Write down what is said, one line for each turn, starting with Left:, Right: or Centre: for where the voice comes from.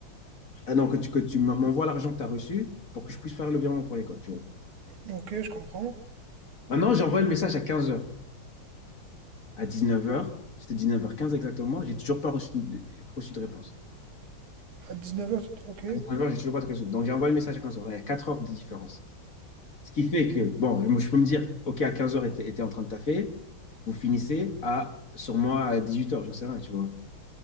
Left: ah non, que tu, que tu m'envoies l'argent que tu as reçu pour que je puisse faire le virement pour l'école, tu vois.
Right: Ok, je comprends.
Left: Maintenant, j'envoie le message à 15 heures, À 19 heures. c'était 19h15 exactement, j'ai toujours pas reçu de, reçu de réponse.
Right: À 19h, ok.
Left: 9h, j'ai toujours pas de réseau. Donc, j'ai envoyé le message à 15h. Il y a 4 heures de différence. Ce qui fait que, bon, je je peux me dire, OK, à 15h, était était en train de taffer. Vous finissez à, sur moi à 18h, j'en sais rien, tu vois.